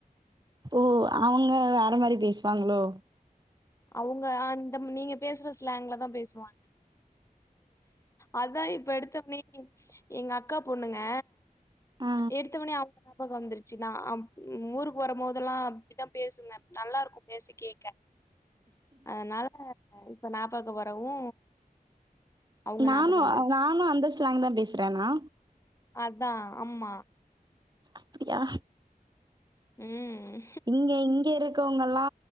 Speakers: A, on the right; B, on the left.
A: ஒ அவங்க வேற மாரி பேசுவாங்களோ
B: அவங்க அ இந்த நீங்க பேசுற ஸ்லங்ல தா பேசுவாங்க அதா இப்ப எடுத்தவனே எங்க அக்கா பொண்ணுங்க
A: ஆ
B: எடுத்தவனே அவங்க நாபக வந்துருச்சு நா ஊருக்கு வரபோதெல்லா அப்டிதா பேசுங்க நல்லாருக்கு பேச கேட்க அதனால இப்ப நா பாக்க வரவு அவங்க
A: நானு
B: ஞாபகம் வந்துருச்சு
A: நானு அந்த ஸ்லங் தா பேசுறேண்ணா
B: அதா ஆமா
A: அப்டியா
B: ம்
A: இங்க இங்க இருக்கவங்கள்லா